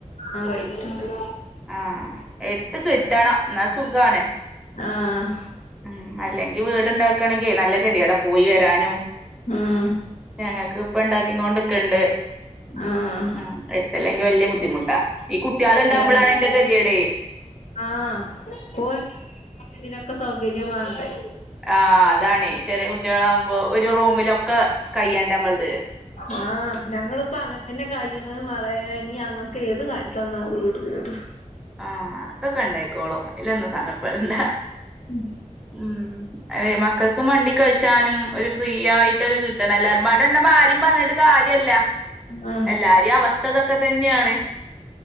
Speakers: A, on the left; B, in the centre.
A: ആ റൈറ്റ് ഉണ്ട്ടാ
B: ആഹ എടുത്ത കിട്ടണം ഇന്നാ സുഖണ്
A: ആഹ്
B: ഉ അല്ലെങ്കി വീടുണ്ടാക്കണമെങ്കേ നല്ല കതി എട പോയി വരാനും
A: ഉം
B: ഉ ഞങ്ങൾക്ക് ഇപ്പ ഇണ്ടാക്കി കൊണ്ടക്കുണ്ട്
A: ആഹ
B: ഉ എടുത്തല്ലെങ്കിൽ വല്യ ബുദ്ധിമുട്ടാ ഈ കുട്ടികൾണ്ടാവുമ്പോളാണ്
A: എ
B: അയിന്റെ കെതീടെ
A: ആഹ് പോലെ ഇതിനൊക്കെ സൗകര്യ വേണ്ടേ
B: ആ അതാണ് ചെറിയ കുട്ടികളാവുമ്പോ ഒരു റൂമിലൊക്കെ കയ്യണ്ട നമ്മളത്
A: ആഹ് ഞങ്ങിപ്പോ അങ്ങനെത്തന്നെ കൈണ് മാളെ ഇഞ്ഞ അങ്ങക്ക ഏത് കാലത്താ വീട് കേറ്
B: ആഹ അതൊക്കെ ഇണ്ടായിക്കോളും അയ്ല്ലൊന്നും സങ്കടപ്പണ്ട
A: ഉം
B: ഉം അതെ മക്കൾക്ക് മണ്ടി കളിച്ചാനും ഒരു ഫ്രീ ആയി് കിട്ടണം എല്ലാരും പാടുണ്ട്പോ ആരും പറഞ്ഞിട്ട് കാര്യല്ല
A: ആഹ്
B: എല്ലാരെ അവസ്ഥ അവസ്ഥ ഇതൊക്കെ തന്നെയാണ്